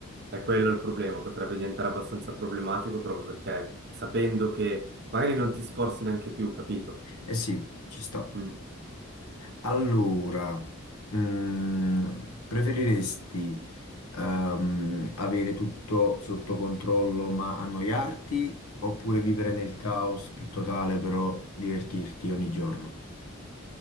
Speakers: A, on the right (about 45°); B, on the left (about 80°).
A: È quello il problema, potrebbe diventare abbastanza problematico proprio perché sapendo che magari non ti sforzi neanche più, capito?
B: Eh sì, ci sta.
A: Mm.
B: Allora, mm, preferiresti ehm, avere tutto sotto controllo ma annoiarti oppure vivere nel caos più totale però divertirti ogni giorno?